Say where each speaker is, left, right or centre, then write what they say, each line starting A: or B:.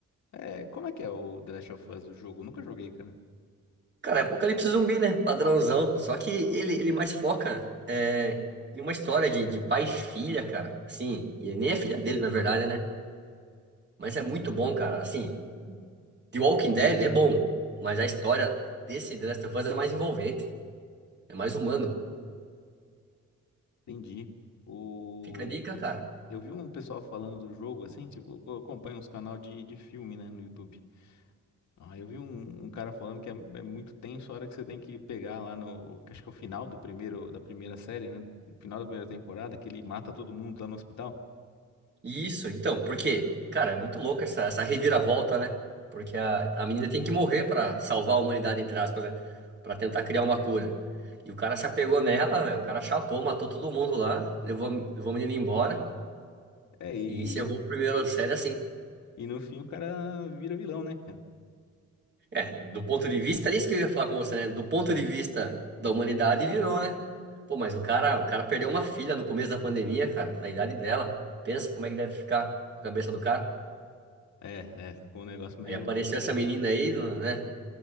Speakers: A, on the left; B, on the right.
A: é, como é que é o The Last of Us, o jogo? Nunca joguei, cara.
B: Cara, é Apocalipse Zumbi, né? Padrãozão. Só que ele, ele mais foca é, em uma história de, de pai e filha, cara. Assim, e nem é filha dele, na verdade, né? Mas é muito bom, cara. Assim, The Walking Dead é bom, mas a história desse The Last of Us é mais envolvente, é mais humano.
A: Entendi. O...
B: Fica a dica, cara.
A: Eu vi um pessoal falando do jogo, assim, tipo, eu acompanho uns canal de, de filme, né, no YouTube. Ah, eu vi um, um cara falando que é, é muito tenso a hora que você tem que pegar lá no, que acho que é o final do primeiro, da primeira série, né, no final da primeira temporada, que ele mata todo mundo lá no hospital.
B: Isso, então, porque, cara, é muito louco essa, essa reviravolta, né? Porque a, a menina tem que morrer pra salvar a humanidade, entre aspas, né? Pra tentar criar uma cura. E o cara se apegou nela, velho. O cara chapou, matou todo mundo lá, levou, a- levou a menina embora
A: É, e,
B: e encerrou
A: e,
B: o primeiro série assim.
A: e no fim o cara vira vilão, né, cara?
B: É, do ponto de vista, é isso que eu ia falar com você, né? Do ponto de vista da humanidade, virou, né? Pô, mas o cara, o cara perdeu uma filha no começo da pandemia, cara, na idade dela. Pensa como é que deve ficar a cabeça do cara.
A: É, é, ficou um negócio meio...
B: Aí apareceu essa menina aí, né?